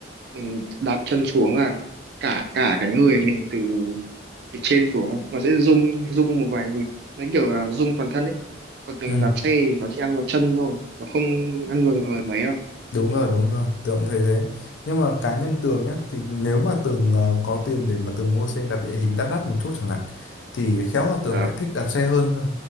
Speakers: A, on the right; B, on the left.
A: mình đạp chân xuống là cả cả cái người mình từ từ trên xuống nó sẽ rung rung một vài nhịp nó kiểu là rung toàn thân ấy còn từng
B: Ừ.
A: đạp xe thì nó chỉ ăn vào chân thôi nó không ăn vào người mấy đâu
B: Đúng rồi, đúng rồi, Tường cũng thấy thế. Nhưng mà cá nhân Tường nhá, thì nếu mà Tường ờ, có tiền để mà Tường mua xe đạp địa hình đắt đắt một chút chẳng hạn, thì khéo là Tường
A: à,
B: lại thích đạp xe hơn cơ.